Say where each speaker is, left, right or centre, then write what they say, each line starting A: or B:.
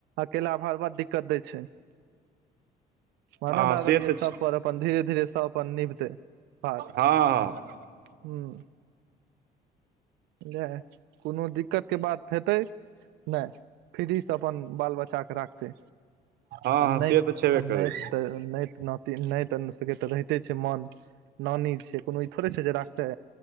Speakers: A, on the right; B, on the right.
A: अकेला भार, बड दिक्कत दै छै। भने
B: हँ
A: द
B: से
A: दलिये
B: तऽ
A: सब पर, अपन धीरे धीरे सब अपन निभते भार।
B: हँ हँ
A: हूं <unintelligible> कोनो दिक्कत के बात हेतै, नहि। फ्री सँ अपन बाल -बच्चाके राखतै
B: हँ
A: आ
B: हँ
A: नहि
B: से तऽ छेबे
A: आ
B: करै
A: नहि नैत -नातिन नैत सबके रहिते छै मान, नानी छै कोनो ई थोड़े छय जे राख त